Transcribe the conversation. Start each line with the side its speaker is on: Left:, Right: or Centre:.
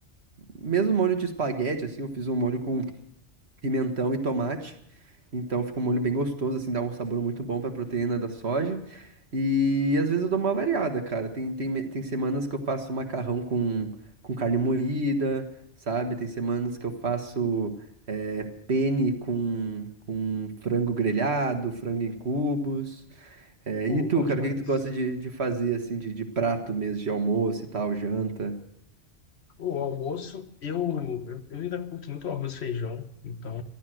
Right: mesmo molho de espaguete, assim, eu fiz um molho com pimentão e tomate. Então fica um molho bem gostoso, assim, dá um sabor muito bom pra proteína da soja. E às vezes eu dou uma variada, cara. Tem, tem, me- tem semanas que eu faço macarrão com, com carne moída, sabe? Tem semanas que eu faço é, penne com, com frango grelhado, frango em cubos. É,
Left: Pô,
Right: e tu,
Left: bom
Right: cara,
Left: demais.
Right: o que que tu gosta de, de fazer, assim, de, de prato mesmo, de almoço e tal, janta?
Left: O almoço, eu, eu, eu ainda curto muito arroz e feijão, então